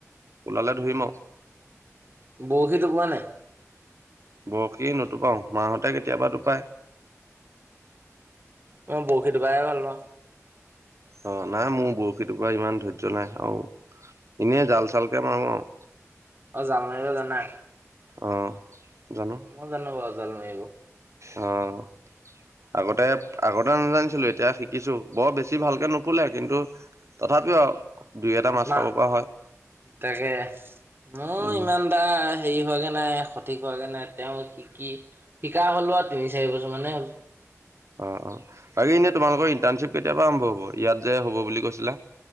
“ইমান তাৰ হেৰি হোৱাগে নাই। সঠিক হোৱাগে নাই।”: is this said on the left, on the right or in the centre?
Right